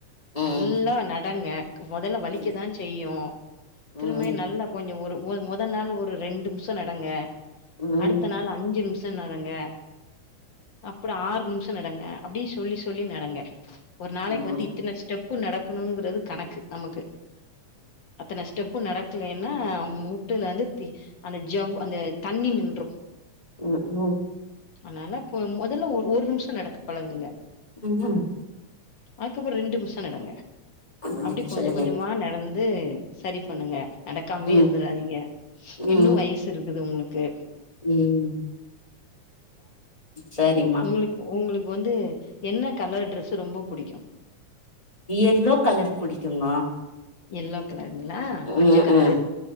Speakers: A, on the left; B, on the left.
A: ம்
B: நல்லா நடங்க மொதல்ல வலிக்கதா
A: ம்
B: செய்யு திரும்ப
A: ம்
B: நல்லா கொஞ்சோ ஒரு ஒரு மொத நாள் ஒரு ரெண்டு நிமிஷ நடங்க
A: ம்
B: அடுத்த
A: ம்
B: நாள் அஞ்சு நிமிஷ நடங்க அப்புறோ ஆறு நிமிஷ நடங்க அப்டியே சொல்லி சொல்லி நடங்க ஒரு நாளைக்கு
A: ம்
B: வந்து இத்தன ஸ்டெப்பு நடக்கணுங்குறது கணக்கு நமக்கு அத்தன ஸ்டெப்பு நடக்கலைன்னா முட்டுலந்து தி அந்த ஜவ் அந்த தண்ணி நின்று
A: ம் ம்
B: அனால இப்ப மொதல்ல ஒரு நிமிஷ நடக்க பழகுங்க
A: ம்
B: அதுக்கப்பற ரெண்டு நிமிஷ நடங்க
A: ம்
B: அப்டி கொஞ்சோ
A: சரி
B: கொஞ்சமா நடந்து சரி பண்ணுங்க நடக்காமயே
A: ம்
B: இருந்துறாதீங்க
A: ம்
B: இன்னு வயசு இருக்குது உங்குளுக்கு
A: ம் சரிமா
B: உங் உங்களுக்கு வந்து என்ன கலர் ட்ரஸு ரொம்ப புடிக்கு
A: எல்லோ கலர் புடிக்குமா
B: எல்லோ கலருங்களா மஞ்ச
A: ம்
B: கலரு
A: ம்